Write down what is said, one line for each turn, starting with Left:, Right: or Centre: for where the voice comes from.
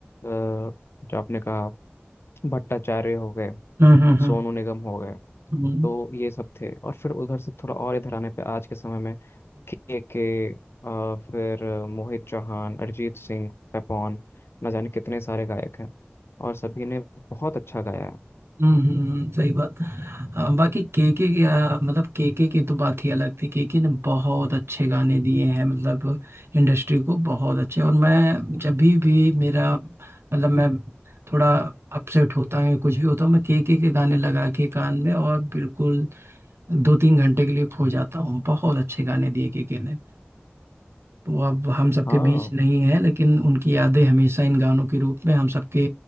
Left: जो आपने कहा भट्टाचार्य हो गए
Right: हुँ, हुँ, हुँ।
Left: सोनू निगम हो गए
Right: हुँ,
Left: तो ये सब थे और फिर उधर से थोड़ा और इधर आने पे आज के समय में के के फिर अ, मोहित चौहान अरिजीत सिंह पेपॉन न जाने कितने सारे गायक हैं और सभी ने बहुत अच्छा गाया है
Right: हुँ, हुँ, हुँ, सही बात। अ, बाकी केके की अ, मतलब केके की तो बात ही अलग थी। केके ने बहुत अच्छे गाने दिए हैं मतलब इंडस्ट्री को बहुत अच्छे और मैं जब भी भी मेरा मतलब मैं थोड़ा अपसेट होता हूँ या कुछ भी होता हूँ मैं केके के गाने लगा के कान में और बिल्कुल 2-3 घंटे के लिए खो जाता हूँ। बहुत अच्छे गाने दिए केके ने। वो अब हम सबके
Left: हाँ
Right: बीच नहीं है लेकिन उनकी यादें हमेशा इन गानों के रूप में हम सबके